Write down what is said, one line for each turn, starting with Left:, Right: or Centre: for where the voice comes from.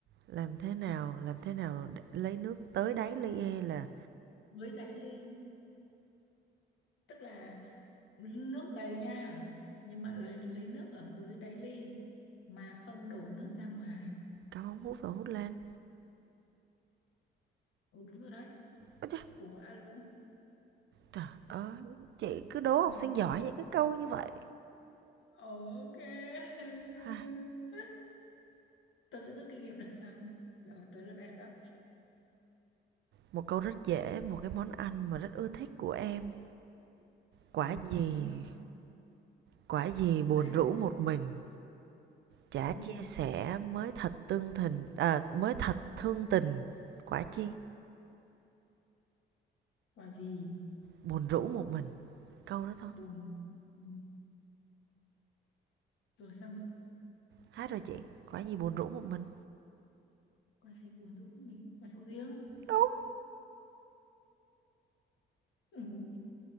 Right: làm thế nào làm thế nào để lấy nước tới đáy ly e là
Left: Dưới đáy ly tức là nước đầy nha, nhưng mà lấy, lấy nước ở dưới đáy ly mà không đổ nước ra ngoài.
Right: cắm ống hút và hút lên
Left: Ừ đúng rồi đấy.
Right: Ôi trời,
Left: Ủa alo.
Right: Trời ơi, chị cứ đố
Left: Ừ.
Right: học sinh giỏi những cái câu như vậy.
Left: Ồ, ok. <laughs>
Right: Ha,
Left: Tôi sẽ rút kinh nghiệm lần sau. Rồi tới lượt em đó.
Right: một câu rất dễ, một cái món ăn mà rất ưa thích của em. Quả
Left: Trời
Right: gì,
Left: ơi em mà
Right: quả gì buồn
Left: dễ.
Right: rũ một mình, chả
Left: Ồ,
Right: chia sẻ mới thật tương tình, à, mới thật thương tình. Quả chi,
Left: quả gì
Right: buồn rũ một mình. Câu đó thôi.
Left: buồn. Ừ. rồi sao nữa
Right: Hát rồi chị, quả gì buồn rũ một mình.
Left: quan hệ buồn tôi cũng mình và sầu riêng
Right: Đúng.
Left: ừ.